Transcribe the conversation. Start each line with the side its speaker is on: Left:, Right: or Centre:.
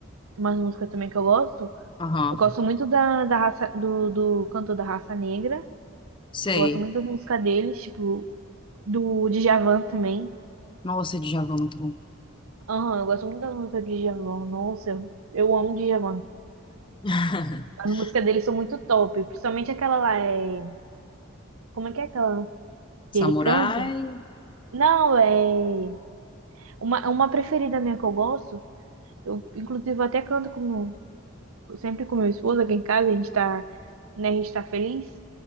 Right: Umas músicas também que eu gosto.
Left: aham.
Right: Eu gosto muito da, da raça, do, do cantor da raça negra.
Left: Sei.
Right: Eu gosto muito das músicas deles, tipo. do Djavan também.
Left: Nossa, Djavan, muito bom.
Right: Aham, eu gosto muito das músicas do Djavan. Nossa, eu, eu amo Djavan.
Left: <laughs>
Right: As músicas dele são muito top, principalmente aquela lá, é... Como é que é aquela
Left: Samurai.
Right: que ele canta? Não, é... Uma, uma preferida minha que eu gosto, eu inclusive eu até canto com meu- sempre com meu esposo aqui em casa, a gente tá, né, a gente tá feliz.